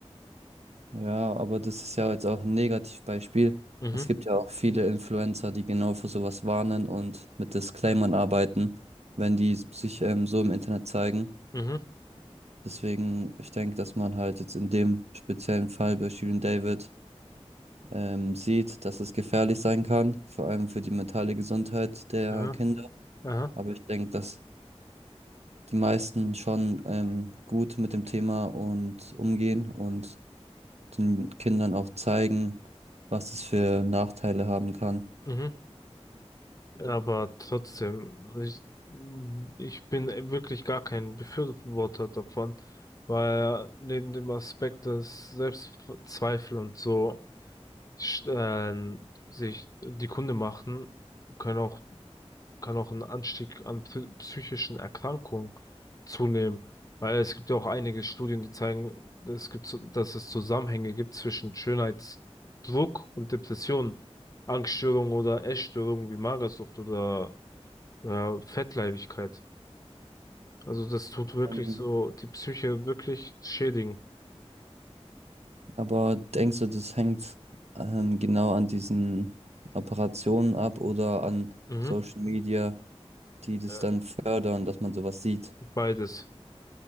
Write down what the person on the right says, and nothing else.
Ja, aber das ist ja jetzt auch ein Negativbeispiel.
Es gibt ja auch viele Influencer, die genau für sowas warnen und mit Disclaimern arbeiten, wenn die sich ähm, so im Internet zeigen.
Deswegen, ich denke, dass man halt jetzt in dem speziellen Fall bei Shirin David ähm, sieht, dass es gefährlich sein kann, vor allem für die mentale Gesundheit der
Kinder.
Aber ich denke, dass die meisten schon ähm, gut mit dem Thema und umgehen und den Kindern auch zeigen, was es für Nachteile haben kann.
Mhm.
Aber denkst du, das hängt ähm, genau an diesen Operationen ab oder an
Social Media, die das
dann fördern, dass man sowas sieht?